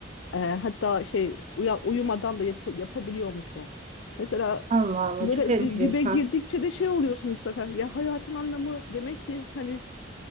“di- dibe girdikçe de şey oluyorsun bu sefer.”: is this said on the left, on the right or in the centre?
Left